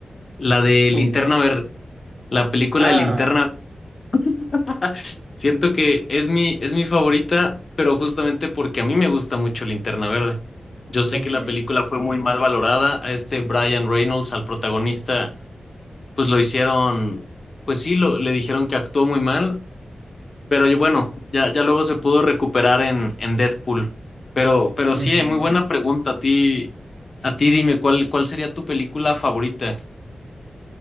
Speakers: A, on the left (about 50°); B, on the right (about 45°).
A: La de Linterna
B: Ok.
A: Verde, la película
B: Ah,
A: de Linterna Verde. <laughs> Siento que es mi, es mi favorita, pero justamente porque a mí me gusta mucho Linterna Verde. Yo sé
B: ok.
A: que la película fue muy mal valorada. A este Brian Reynolds, al protagonista, pues lo hicieron, pues sí, lo, le dijeron que actuó muy mal, Pero y bueno, ya, ya luego se pudo recuperar en, en Deadpool. Pero, pero
B: ujú.
A: sí, eh, muy buena pregunta. A ti, a ti dime, ¿cuál, cuál sería tu película favorita?